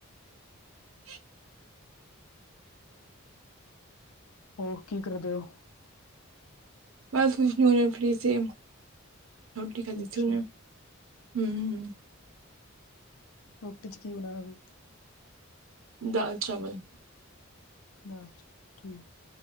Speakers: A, on the right; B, on the left.
A: ਸਸ।
B: ਉਹ ਕੀ ਕਰਦੇ ਹੋ?
A: ਬਸ ਕੁਛ ਨੀ ਉਹਨੇ ਪਲੀੇ ਰੋਟੀ ਖਾਦੀ
B: ਅੱਛਾ
A: ਸੀ ਉਹਨੇ ਹੂੰ। ਹੂੰ,
B: ਰੋਟੀ ਚ ਕੀ ਬਣਾਣਾ ਸੀ?
A: ਦਾਲ, ਚਾਵਲ।
B: ਦਾਲ, ਚਾਵਲ ਠੀਕ।